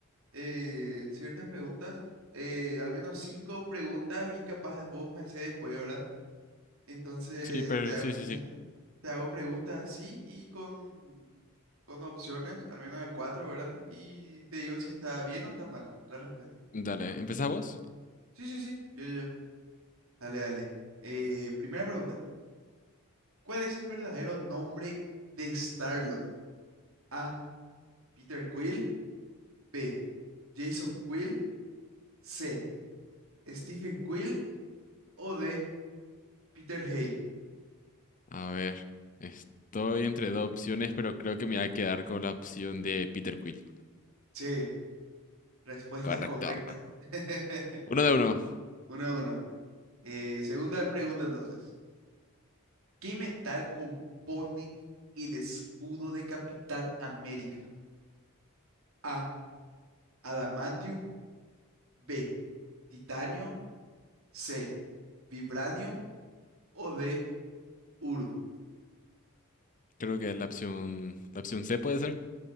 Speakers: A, on the right (about 70°); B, on the left (about 35°).
A: eh, ciertas preguntas, eh, al menos cinco preguntas y capaz vos me haces después, ¿verdad? Entonces
B: Sí, pero
A: te hago,
B: sí, sí,
A: <laughs>
B: sí.
A: te hago preguntas así y con, con opciones, al menos de cuatro, ¿verdad? Y te digo si está bien o está mal la respuesta.
B: Dale, ¿empezamos?
A: Sí, sí, sí. Yo, yo, yo. Dale, dale. Eh, primera pregunta. ¿Cuál es el verdadero nombre de Star-Lord? A. Peter Quill. B. Jason Quill. C. Stephen Quill. O D. Peter Hale.
B: A ver, estoy entre dos opciones, pero creo que me voy a quedar con la opción de Peter Quill.
A: Sí, respuesta
B: Correcto.
A: correcta. <laughs>
B: Uno de uno.
A: Uno a uno. Eh, segunda pregunta entonces. ¿Qué metal compone el escudo de Capitán América? A. Adamantium. B. Titanio. C. Vibranium. O D. Uru.
B: Creo que es la opción, la opción C puede ser.